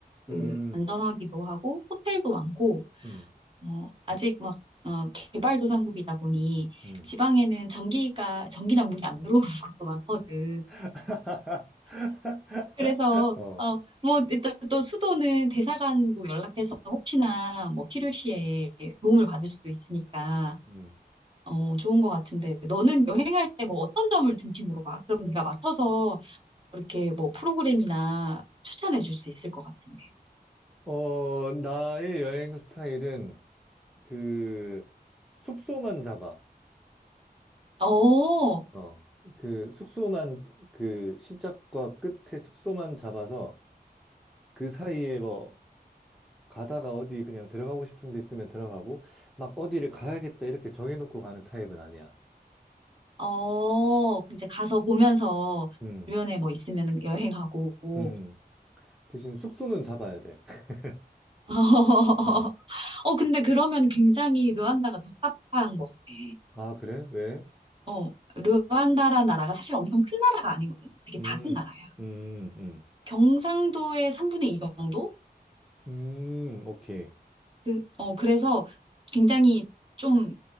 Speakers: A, on the right (about 30°); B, in the centre.
A: 그,
B: 음,
A: 안전하기도 하고, 호텔도 많고,
B: 음,
A: 어, 아직 막, 어, 개발도상국이다 보니,
B: 음.
A: 지방에는 전기가, 전기나 물이 안 들어오는 <laughs> 곳도 많거든.
B: <laughs>
A: 그래서
B: 어,
A: 어 뭐 일단 또 수도는 대사관 뭐 연락해서 혹시나 뭐 필요시에
B: 음,
A: 도움을 받을 수도 있으니까
B: 음.
A: 어 좋은 것 같은데 너는 여행할 때 뭐 어떤 점을 중심으로 봐? 그럼 네가 맡아서 이렇게 뭐 프로그램이나 추천해 줄 수 있을 것 같은데.
B: 어, 나의 여행 스타일은 그 숙소만 잡아.
A: 어,
B: 어, 그 숙소만 그 시작과 끝에 숙소만 잡아서 그 사이에 뭐 가다가 어디 그냥 들어가고 싶은 데 있으면 들어가고, 막 어디를 가야겠다 이렇게 정해놓고 가는 타입은 아니야.
A: 어, 이제 가서 보면서
B: 음,
A: 주변에 뭐 있으면 여행하고.
B: 음. 대신 숙소는 잡아야 돼. <laughs>
A: <laughs>
B: 어.
A: 어, 근데 그러면 굉장히 르완다가 적합한 것 같아.
B: 아, 그래? 왜?
A: 어, 르완다라는 나라가 사실 엄청 큰 나라가 아니거든. 되게
B: 음,
A: 작은 나라야.
B: 음, 음.
A: 경상도의 3분의 2 정도?
B: 음, 오케이.
A: 그, 어, 그래서 굉장히 좀,